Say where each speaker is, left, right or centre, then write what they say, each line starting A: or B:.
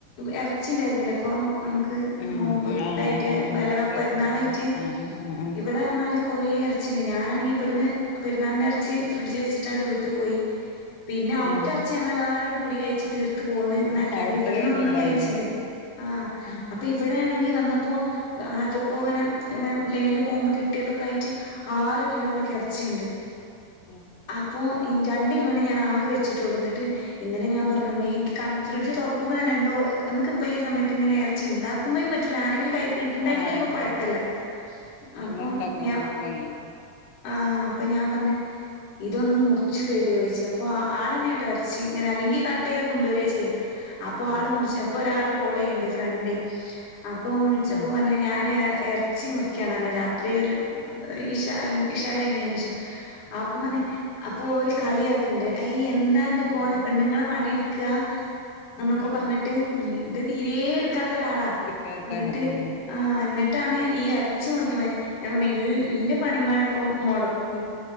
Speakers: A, on the left; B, on the left.
A: എറച്ചി ണ്ടായിരുന്നില്ലേ പെ അപ്പം നമക്ക്
B: ഉം
A: നോമ്പ്
B: ആഹ്
A: ഇതായിട്ട്
B: ആഹ് ആഹ് ആഹ്
A: വല്ലറ
B: പെരുന്നാളിന്
A: പെരുന്നാളായിട്ട്
B: ആഹ് ആഹ് ആഹ് ആഹ്
A: ഇവിടെ ർഞാല് കുറേ എർച്ചിണ്ട് ഞാനാണെങ്കി ഇവട്ന്ന് പെരുന്നാളിന്റെ എറച്ചി ഫ്രിഡ്ജ് വെച്ചിട്ടാണ്ട് വീട്ടു പോയി പിന്നെ അവിടത്തെറച്ചി
B: ആഹ്
A: ഞങ്ങൾ എല്ലാരു കൂടി കഴിച്ച് തീർത്ത് പോന്ന് എന്നല്ലാതെ
B: അവിടുത്തെ
A: ഇവിട്ന്ന്
B: കഴിഞ്ഞിണ്ടാവൂലേ
A: ഒന്നും കഴിച്ചില്ല ആ
B: ആഹ്
A: അപ്പൊ ഇവ ഇവിടെയാണെങ്കി വന്നപ്പോ ആർതൊക്കോ ഇങ്ങനെ ഇങ്ങനെ ലൈനിൽ പോകുമ്പോൾ കിട്ടിയതൊക്കെ ആയിട്ട് ആറ് കിലോനക്കെ ഇറച്ചിയ്ണ്ട്
B: ആഹ്
A: അപ്പോ ഈ രണ്ട് കിലോനെ ഞാൻ ആകെ വെച്ചിട്ടുള്ളൂ എന്നിട്ട് ഇന്നലെ ഞാൻ പറഞ്ഞു മേ എനിക്ക് കൺ ഫ്രിഡ്ജ് തുറക്കുമ്പോൾ തന്നെ എന്തോ നമുക്കിപ്പോ ഈ സമ ക്കിങ്ങനെ ഇറച്ചി ഇണ്ടാക്കുമ്പോഴും പറ്റൂല്ല ആരെങ്കി ഇണ്ടാക്കി
B: ആഹ്
A: തരുമ്പോ
B: അത്
A: കുഴപ്പല്ലാ
B: ശരി
A: അപ്പൊ
B: നമ്മൾ ഇണ്ടാക്കുമ്പോ
A: ഞാൻ
B: നമുക്ക് കഴിയും
A: ആ അപ്പൊ ഞാൻ പറഞ്ഞു ഇതൊന്ന് മുറിച്ചു തരുവോ ചോദിച്ച് അപ്പൊ ആൾ തന്നെയാട്ടോ ഇറച്ചി ഇങ്ങനെ അല്ലെങ്കി കട്ട് ചെയ്ത് കൊണ്ട് വരികാ ചെയ്യാ അപ്പൊ
B: ഉം
A: ആൾ മുറിച്ച് അപ്പൊ ഒരാള് കോൾ ചെയ്യ ഫ്രണ്ട് അപ്പം വിളിച്ചപ്പോ
B: ആഹ്
A: പറഞ്ഞ് ഞാന് എ എറച്ചി മുറി ക്കാണ് അന്ന് രാത്രി ഒരു ഇഷ ഇഷാ കഴിഞ്ഞതിന് ശേഷം അപ്പം പറഞ്ഞ്
B: ആഹ്
A: അ ഇപ്പോ ഓര് കളിയാക്ക്ണ്ട് ഐ ഈ എന്താ എന്റെ
B: ആഹ്
A: കോലം പെണ്ണുങ്ങള് പണിയെട് കാ അന്നൊക്കെ
B: ആഹ്
A: പറഞ്ഞിട്ട് അത് തീ ഏർ ക്കാത്ത ഒരാളാ
B: എടുക്കാത്തടെ
A: എന്നിട്ട്
B: ആഹ്
A: ആ എന്നി ട്ടാണ് ഈ ഇറച്ചി മുറിക്കാൻ പറഞ്ഞ് ഞാൻ പറഞ്ഞ് ഇൽ ഇല്ല പണി ഉമ്മേടെ ഇപ്പം മൊടക്കും